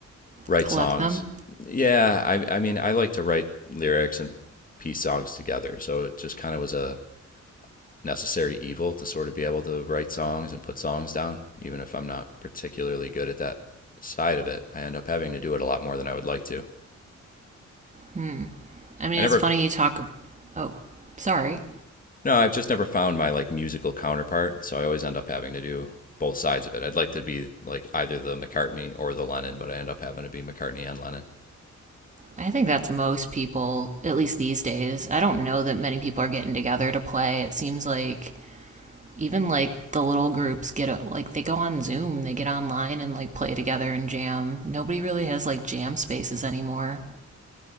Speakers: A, on the left; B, on the right.
A: write
B: Collect
A: songs.
B: them?
A: Yeah, I I mean, I like to write lyrics and piece songs together. So it just kind of was a necessary evil to sort of be able to write songs and put songs down, even if I'm not particularly good at that side of it. I end up having to do it a lot more than I would like to.
B: Hmm. I mean,
A: I never
B: it's funny you talk. Oh, sorry.
A: No, I've just never found my like musical counterpart, so I always end up having to do both sides of it. I'd like to be like either the McCartney or the Lennon, but I end up having to be McCartney and Lennon.
B: I think that's most people, at least these days. I don't know that many people are getting together to play. It seems like even like the little groups get a, like they go on Zoom, they get online and like play together and jam. Nobody really has like jam spaces anymore.